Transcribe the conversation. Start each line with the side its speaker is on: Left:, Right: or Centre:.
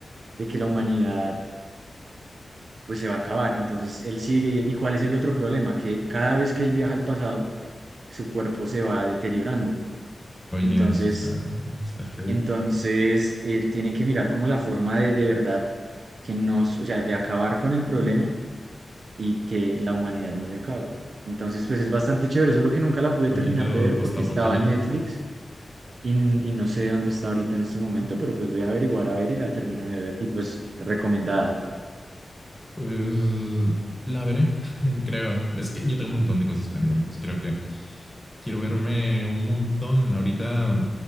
Right: de que la humanidad pues se va a acabar. Entonces él sigue. ¿Y y cuál es el otro problema? Que cada vez que él viaja al pasado, su cuerpo se va deteriorando.
Centre: oye,
Right: Entonces,
Centre: eso está, está heavy.
Right: entonces
Centre: Un
Right: eh, tienen que mirar como la forma de de verdad que nos, o sea, de acabar con el problema y que la humanidad no se acabe. Entonces, pues es bastante chévere, solo que nunca la pude
Centre: poquito
Right: terminar de ver
Centre: postapocalíptico.
Right: porque estaba en Netflix y, n- y no sé dónde está ahorita en este momento, pero pues voy a averiguar a ver y la termino de ver. Y pues recomendada.
Centre: Pues la veré, <laughs> creo. Es que yo tengo un montón de cosas pendientes. Creo que quiero verme un montón. Ahorita